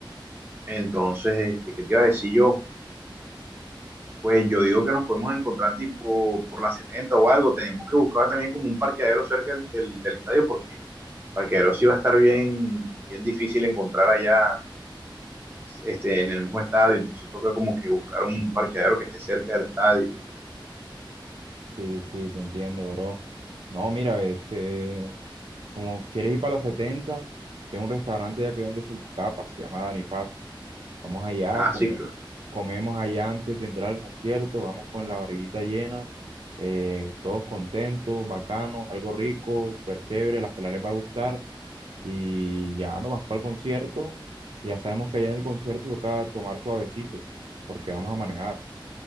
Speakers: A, on the right; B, on the right.
A: Entonces, este, ¿qué te iba a decir yo? Pues yo digo que nos podemos encontrar tipo por la 70 o algo. Tenemos que buscar también como un parqueadero cerca del, del- del estadio porque parqueadero sí va a estar bien, bien difícil encontrar allá este, en el mismo estadio. Entonces toca como que buscar un parqueadero que esté cerca del estadio.
B: Sí, sí, te entiendo, bro. No, mira, este, como quieres ir para la setenta tengo un restaurante ya que vende salchipapas, se llama Dani Fast Food. Vamos allá,
A: Ah,
B: comemos,
A: sí, cl-
B: comemos allá antes de entrar al concierto, vamos con la barriguita llena, eh, todos contentos, bacanos, algo rico, súper chévere, a las pelas les va a gustar y ya nos vamos para el concierto. Ya sabemos que allá en el concierto toca tomar suavecito, porque vamos a manejar.